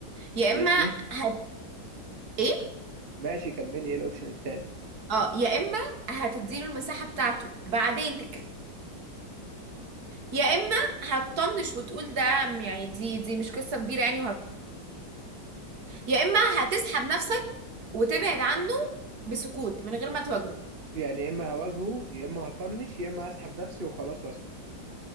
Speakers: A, on the right (about 55°); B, on the right (about 35°).
A: يا اما
B: ماشي
A: هت ايه
B: ماشي كملي ايه الاوبشن التاني
A: اه يا اما هتديله المساحة بتاعته بعدين تتكلم يا اما هتطنش وتقول ده يعني دي دي مش قصة كبيرة يعني يا اما هتسحب نفسك وتبعد عنه بسكوت من غير ما تواجهه
B: يعني يا اما هواجهه يا اما هطنش يا اما هسحب نفسي وخلاص واسكت